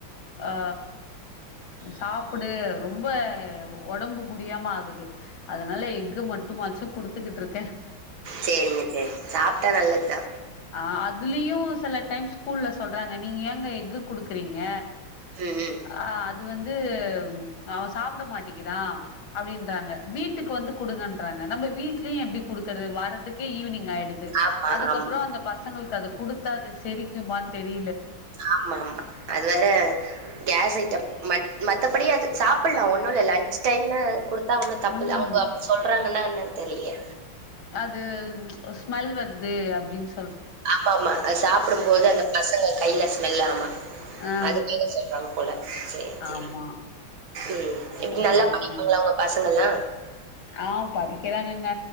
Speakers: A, on the left; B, on the right.
A: ஆ சாப்பிடு ரொம்ப ஒடம்பு முடியாம ஆகுது அதனால எக்கு மட்டும் மாச்சோ குடுத்துக்குட்டு இருக் க
B: செரிங்க செரிங்க சாப்ட்டா நல்லதுதா
A: ஆ அதுலயு சில டைம் ஸ்கூல்ல சொல்றாங்க நீங்க ஏங்க எக்கு குடுக்குறீங்க
B: ம், ம்.
A: ஆ அது வந்து வந்து அவ சாப்புட மாட்டிகிறா அப்டீன்றாங்க வீட் க்கு வந்து குடுங்கன்றாங்க நம்ம வீட்லயு எப்டி கொடுக்குறது வாரத்துக்கு ஈவினிங் ஆயிடுது
B: ஆமா,
A: அதுக்கப்புறோ
B: ஆமா,
A: அந்த பச ங்களுக்கு அது கொடுத்தா அது செரிக்குமானு தெரி
B: ஆமா ஆமா அது வேற கேஸ் ஐட்டம் ம மத்தபடி அது சாப்பிடலா ஒன்னு இல்ல லஞ்ச் டைம்ல குடு த்தா ஒன்னு தப்புல
A: ம்
B: அவங்க அப்படி சொல்றாங்கன்னா என்னனு தெர்லயே
A: அது ஸ்மெல் வருது அப்டின்
B: ஆமா ஆமா அது சாப்பிடும் போது அந்த பசங்க கையில ஸ்மெல் ஆமா
A: ஆ
B: அதுக்காக சொல்றாங்க போல செரி செரி
A: ஆமா
B: ம் எப்டி
A: சரிங்க
B: நல்லா படிப்பாங்களா உங்க பச ங்களா
A: ஆ படிக்கிறாங்கங்க